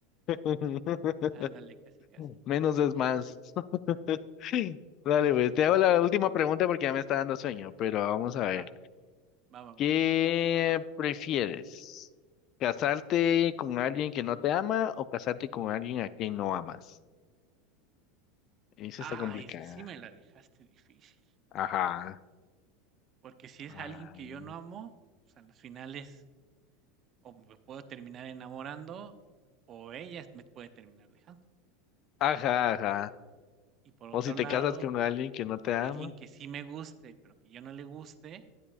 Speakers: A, on the left; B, on the right.
A: <laughs>
B: Ándale, casi, casi.
A: Menos es más. <laughs> Dale, pues, te hago la última pregunta porque ya me está dando sueño, pero vamos a ver.
B: Va, va, va,
A: ¿Qué
B: va.
A: prefieres? ¿Casarte con alguien que no te ama o casarte con alguien a quien no amas? Eso
B: Ah,
A: está complicada.
B: esa sí me la dejaste difícil.
A: Ajá.
B: Porque si es
A: Ay.
B: alguien que yo no amo, pues a las finales o me puedo terminar enamorando o ella me puede terminar dejando.
A: Ajá, ajá.
B: Y por otro
A: O si te
B: lado,
A: casas con alguien que no te
B: con
A: ama.
B: alguien que sí me guste, pero que yo no le guste,